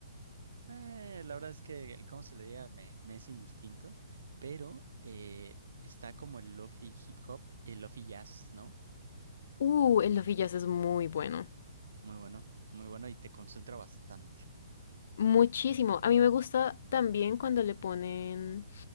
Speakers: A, on the right; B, on the left.
A: Eh, la verdad es que el cómo se le diga me, me es indistinto, pero eh, está como el lofi hip hop, el lofi jazz, ¿no?
B: Uh, el Love y Jazz es muy bueno.
A: Muy bueno, muy bueno y te concentra bastante.
B: Muchísimo. A mí me gusta también cuando le ponen.